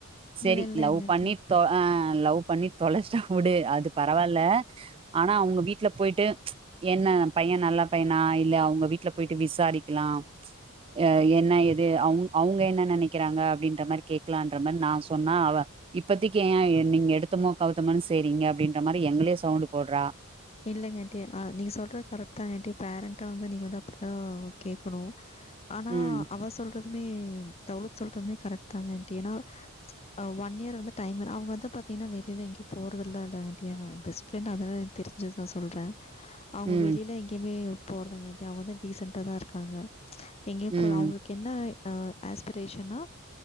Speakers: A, on the right (about 25°); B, on the left (about 30°).
A: சரி
B: இல்லை இல்லைங்க
A: லவ்
B: ஆண்டி
A: பண்ணி தொ அ லவ் பண்ணி தொலச்சிட்டா வுடு அது பரவால்ல ஆனா அவங்க வீட்ல போய்ட்டு என்ன பைய நல்லா பையனா இல்ல அவங்க வீட்ல போய்ட்டு விசாரிக்கலா அ என்ன ஏது அவ் அவங்க என்ன நெனைக்கிறாங்க அப்டின்ற மாரி கேக்கலான்ற மாரி நா சொன்னா அவ இப்பத்திக்கு ஏ நீங்க எடுத்தமோ கவுத்தமோனு செய்ரிங்க அப்டின்ற மாரி எங்களயே சவுண்ட்டு போடுறா
B: இல்லங்க அண்டி ஆ நீங்க சொல்ற கரெக்ட் தா அன்டி பேரண்டா வந்து நீங்க வந்து அப்படிதா கேக்கணு ஆனா
A: ம்
B: அவ சொல் துமே தவ்லத் சொல்றதுமே கரெக்ட் தாங்க அன்டி ஏன்னா
A: <inaudible>
B: ஆ ஒன் இயர் வந்து டைம் அவங்க வந்து பாத்தீங்கனா வெளியவே எங்கேயு போறதுல்லல்ல ஆன்டி பெஸ்ட் ஃப்ரெண்ட் அதனால தெரிஞ்சது தா சொல்றே அவுங்க
A: ம்
B: வெளியில எங்கேயுமே போறதில்லடி அவுங்கதா டீசென்ட்டா தா இருக்காங்க எங்கேயும்
A: ம்
B: போ அவுங்க என்ன அ ஆஸ்பிரேஷனா